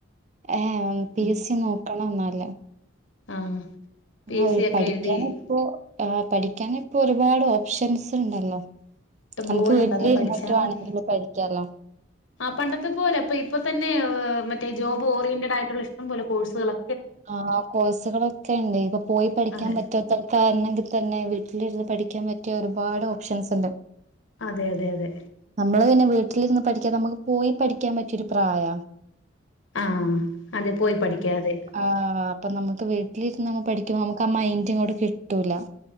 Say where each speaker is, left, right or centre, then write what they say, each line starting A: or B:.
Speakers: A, on the right; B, on the left.
A: ഏഹ് ഹും പി
B: ഉം
A: എസ് സി നോക്കണം എന്നാല്.
B: ആഹ് പി
A: ആ
B: എസ്
A: ഒരു
B: സി ഒക്കെ
A: പഠിക്കാന്
B: എഴുതി ഇഷ്ടം
A: ഇപ്പോ ആഹ്. പഠിക്കാൻ ഇപ്പൊ ഒരുപാട് ഓപ്ഷൻസ് ഉണ്ടല്ലോ.
B: ഇഷ്ട്ടം
A: നമുക്ക്
B: പോലുണ്ട്
A: വീട്ടിലിരുന്നിട്ട്
B: അതെ പഠിച്ചാ
A: വേണെങ്കില്
B: മതി
A: പഠിക്കാലോ
B: ആ പണ്ടത്തെ പോലെ അപ്പൊ ഇപ്പൊ തന്നെ മ മറ്റെ ജോബ് ഓറിയന്റെടായിട്ടുള്ള ഇഷ്ടംപോലെ കോഴ്സുകളൊ
A: ആ കോഴ്സുകളൊക്കെയുണ്ട്. ഇപ്പൊ പോയി പഠിക്കാൻ
B: അതെ
A: പറ്റാത്തടുത്തു ആയിരു തന്നെ വീട്ടിലിരുന്ന് പഠിക്കാൻ പറ്റിയ ഒരുപാട് ഓപ്ഷൻസ് ഉണ്ട്.
B: അതെ അതെ അതെ.
A: നമ്മള് പിന്നെ വീട്ടിലിരുന്ന് പഠിക്കാ നമുക്ക് പോയി പഠിക്കാൻ പറ്റിയൊരു പ്രായ
B: ആഹ് അതെ പോയി പഠിക്കാതെ.
A: ആ അപ്പൊ നമുക്ക് വീട്ടിലിരുന്ന് പഠിക്കുമ്പോ നമുക്ക് ആ മൈൻഡ് ഇങ്ങോട്ട് കിട്ടൂല.